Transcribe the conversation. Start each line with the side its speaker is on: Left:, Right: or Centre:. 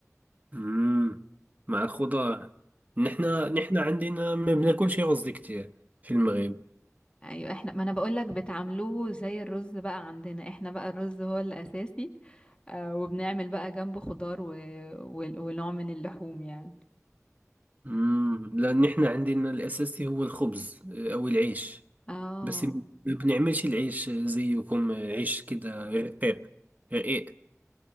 Right: امم مع الخضار نحنا نحنا عندنا ما بناكلش رز كتير في المغرب
Left: ايوه احنا ما انا بقولك بتعملوه زي الرز بقى عندنا احنا بقى الرز هو الاساسي آه وبنعمل بقى جنبه خضار و... و... ونوع من اللحوم يعني
Right: امم لا نحنا عندنا الاساسي هو الخبز آه، او العيش
Left: اه
Right: بس ما بنعملش العيش زيكم آه، عيش كده رقيق رقيق